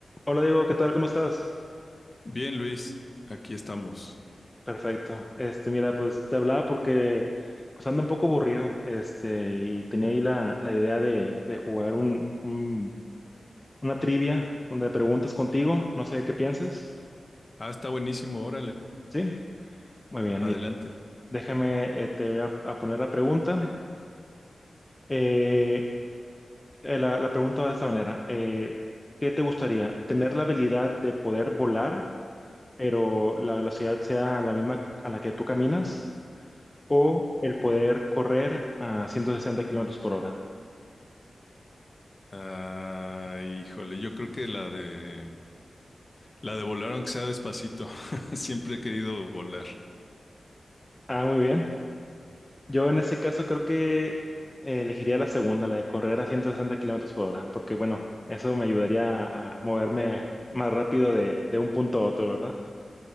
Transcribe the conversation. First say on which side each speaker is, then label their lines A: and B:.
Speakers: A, on the left (about 20°); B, on the left (about 35°).
A: Hola Diego, ¿qué tal? ¿Cómo estás?
B: Bien, Luis, aquí estamos.
A: Perfecto. Este, mira, pues te hablaba porque pues ando un poco aburrido, este, y tenía ahí la, la idea de, de jugar un, un- una trivia, una de preguntas contigo, no sé qué piensas.
B: Ah, está buenísimo, órale,
A: ¿Sí? Muy bien,
B: adelante.
A: mira, déjame, eh, te voy a, a poner la pregunta. Eh, eh, la, la pregunta va de esta manera. Eh, ¿qué te gustaría? ¿Tener la habilidad de poder volar, pero la velocidad sea la misma a la que tú caminas? o el poder correr a ciento sesenta kilómetros por hora.
B: Ah, híjole, yo creo que la de la de volar aunque sea despacito. <laughs> Siempre he querido volar.
A: Ah, muy bien. Yo en ese caso creo que eh, elegiría la segunda, la de correr a 160 kilómetros por hora, porque bueno, eso me ayudaría a, a moverme más rápido de, de un punto a otro, ¿verdad? <laughs>